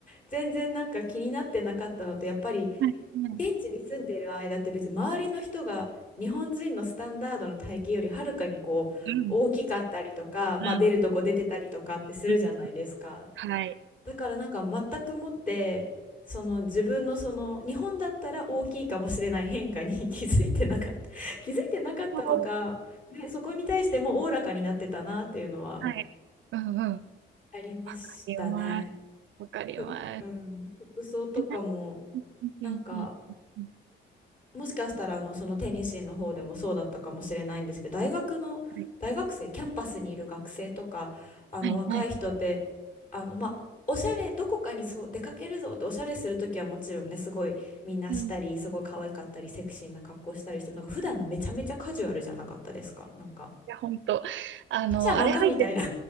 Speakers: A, on the left; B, on the right.
A: 全然なんか気になってなかったのと、やっぱり
B: はい、はい。
A: 現地に住んでる間って別に周りの人が日本人のスタンダードの体型よりはるかにこう大きかったりとか、
B: うん、
A: まあ、
B: うん、
A: 出るとこ出てたりとかってするじゃないですか。
B: うん。はい。
A: だからなんか全くもってその自分のその日本だったら大きいかもしれない変化に <laughs> 気づいてなかった <laughs> 気づいてなかったのか、
B: そう
A: ね、そこに対してもうおおらかになってたなっていうのは
B: はい。うんうん。
A: ありましたね。
B: わかります。わかります。
A: ふうん、服装とかも
B: うんうんうんうん。
A: なんかもしかしたらあのそのテニシーの方でもそうだったかもしれないんですけど大学の大学生キャンパスにいる学生とかあの若い人って
B: はい。はいはい。
A: あのまあおしゃれどこかにそう出かけるぞっておしゃれする時はもちろんねすごいみんなしたりすごい可愛かったりセクシーな格好したりしてもなんか普段めちゃめちゃカジュアルじゃなかったですかなんか
B: うん。いや、ほんと。あの、
A: パジャマかみたいな
B: あれ入って、